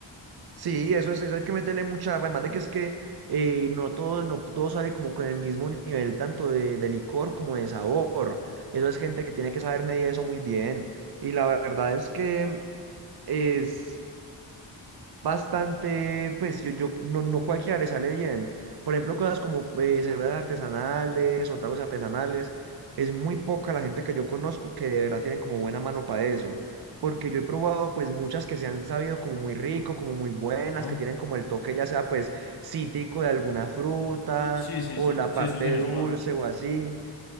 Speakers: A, on the right; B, on the left.
A: Sí, eso es, eso hay que meterle mucha, además de que es que eh, no todo, no todo sale como con el mismo nivel, tanto de, de licor como de sabor. Eso es gente que tiene que saber medir eso muy bien. Y la verdad es que es bastante, pues yo, yo no, no cualquiera le sale bien. Por ejemplo, cosas como eh, cervezas artesanales o tragos artesanales. Es muy poca la gente que yo conozco que de verdad tienen como buena mano para eso. Porque yo he probado pues muchas que se han sabido como muy rico, como muy buenas,
B: ¿no?
A: que tienen como el toque ya sea pues cítrico de alguna fruta
B: Sí, sí,
A: o
B: sí.
A: la
B: Sí,
A: parte
B: eso es delicioso
A: dulce
B: además.
A: o así.